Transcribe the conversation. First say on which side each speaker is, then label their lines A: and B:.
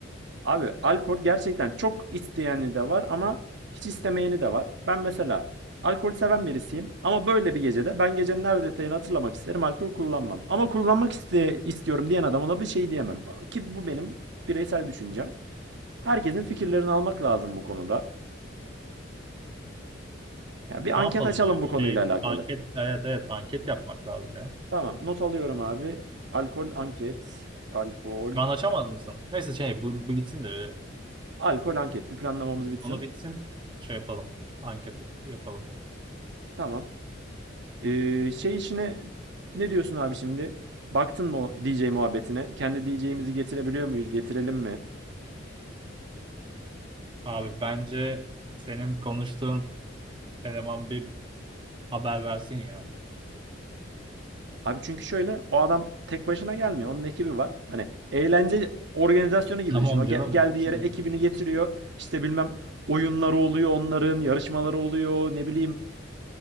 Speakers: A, on the right (about 65°); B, on the right (about 25°).
A: abi alkol gerçekten çok isteyeni de var ama hiç istemeyeni de var. Ben mesela alkol seven birisiyim ama böyle bir gecede ben gecenin her detayını hatırlamak isterim. Alkol kullanmam. Ama kullanmak iste istiyorum diyen adama da bir şey diyemem. Ki bu benim bireysel düşüncem. Herkesin fikirlerini almak lazım bu konuda. Ya bir anket
B: Ne yapalım
A: açalım
B: yani?
A: bu konuyla
B: Şey,
A: alakalı.
B: anket, evet evet anket yapmak lazım ya.
A: Tamam, not alıyorum abi. Alkol anket. Alkol.
B: Şu an açamaz mısın? Neyse şey bu, bu bitsin de
A: Alkol anket. Bir planlamamız bitsin.
B: onu bitsin şey yapalım. Anket yapalım.
A: Tamam. Ee, şey işine ne diyorsun abi şimdi? Baktın mı o DJ muhabbetine? Kendi DJ'imizi getirebiliyor muyuz? Getirelim mi?
B: Abi bence senin konuştuğun eleman bir haber versin ya.
A: Abi çünkü şöyle o adam tek başına gelmiyor. Onun ekibi var. Hani eğlence organizasyonu
B: <laughs>
A: gibi
B: Tamam
A: düşün. O gel-
B: canım
A: geldiği
B: onun için
A: yere
B: diyorum.
A: ekibini getiriyor. İşte bilmem oyunları oluyor onların, yarışmaları oluyor, ne bileyim.